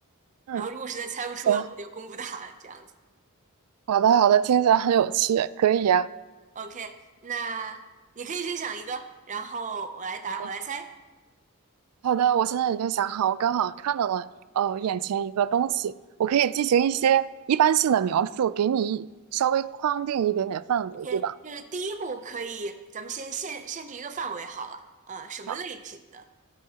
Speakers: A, on the right (about 75°); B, on the right (about 35°).
A: 嗯，
B: 然后如果实在猜不出的话，
A: 行，
B: 就公布答案这样子。
A: 好的，好的，听起来很有趣，可以呀。
B: OK，那你可以先想一个，然后我来答，
A: OK，
B: 我来猜。
A: 好的，我现在已经想好，我刚好看到了，呃，眼前一个东西，我可以进行一些一般性的描述，给你稍微框定一点点范围，
B: OK，
A: 对吧？
B: 就是第一步可以，咱们先限限制一个范围好了，呃，什么类品的？
A: 好，